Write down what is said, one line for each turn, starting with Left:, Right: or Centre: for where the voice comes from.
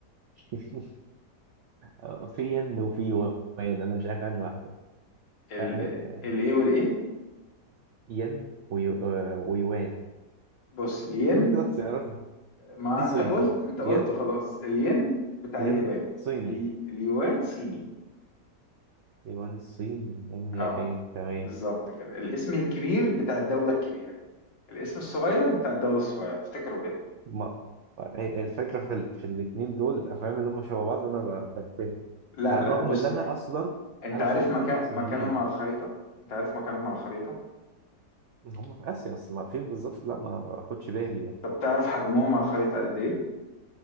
Right: <laughs> آه، في ين وفي وان انا مش عارف عنه واحده
Left: ال
Right: آه، آه، آه،
Left: الايه والايه
Right: ين ويو- آه، ويوان
Left: بص الين
Right: قول كده اختياراتنا
Left: ما
Right: دي
Left: انت
Right: صين
Left: قلت انت قلته
Right: ين
Left: خلاص الين بتاع
Right: ين
Left: اليابان
Right: صيني
Left: الي- اليوان صيني
Right: يوان الصيني ين ياباني
Left: اه
Right: تمام
Left: بالظبط كده الاسم الكبير بتاع الدولة الكبيرة الاسم الصغير بتاع الدولة الصغيرة افتكروا كده
Right: ما هي- الفكرة في, ال... في الاتنين دول الأفلام اللي هم شبه بعض أنا ب- بنفهم
Left: لا
Right: على
Left: لا
Right: الرغم
Left: بص
Right: إن أنا أصلا
Left: انت
Right: أنا
Left: عارف
Right: شغال
Left: مكان
Right: مع صينيين
Left: مكانهم على الخريطة انت عارف مكانهم على الخريطة
Right: هم في آسيا بس ما فين بالظبط لا ما باخدش بالي يعني
Left: طب تعرف حجمهم على الخريطة قد ايه